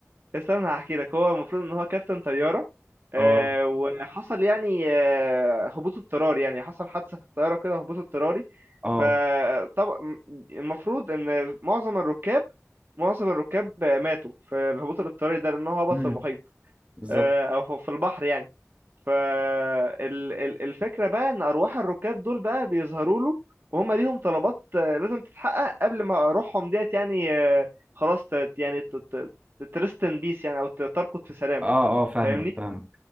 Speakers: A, on the right; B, on the right.
A: استنى هحكي لك هو المفروض ان هو كابتن طياره آه
B: اه
A: وحصل يعني آه هبوط اضطراري يعني حصل حادثه في الطياره كده هبوط اضطراري
B: اه
A: فطبعا المفروض ان معظم الركاب معظم الركاب آه، ماتوا في الهبوط الاضطراري ده لان هو هبط
B: امم
A: في المحيط
B: بالظبط
A: آه او في في البحر يعني فالفكرة بقى ان ارواح الركاب دول بقى بيظهروا له وهم ليهم طلبات آه، لازم تتحقق قبل ما روحهم ديت يعني آه، خلاص ت- يعني ترست ان بيس يعني او ت- ترقد في سلام
B: اه اه فاهمك
A: فاهمني
B: فاهمك